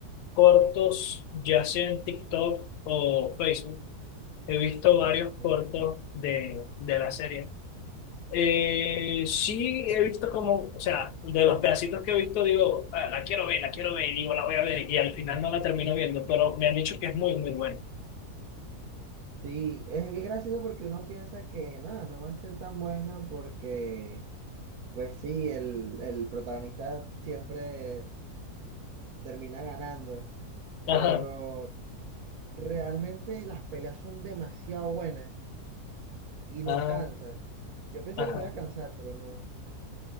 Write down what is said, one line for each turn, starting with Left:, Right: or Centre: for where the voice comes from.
Left: cortos, ya sea en TikTok o Facebook. He visto varios
Right: Okay.
Left: cortos de, de la serie. Eh, sí, he visto como, o sea, de los pedacitos que he visto, digo, "Ah, la quiero ver, la quiero ver, y digo, la voy a ver, y al final no la termino viendo, pero me han dicho que es muy, muy bueno.
Right: Sí, es, es gracioso porque uno piensa que nada, no va a ser tan buena porque, pues sí, el, el protagonista siempre... termina ganando.
Left: Ajá,
Right: Pero realmente las peleas son demasiado buenas y no
Left: ajá,
Right: cansa. Yo pensé
Left: ajá,
Right: que me iba a cansar, pero no.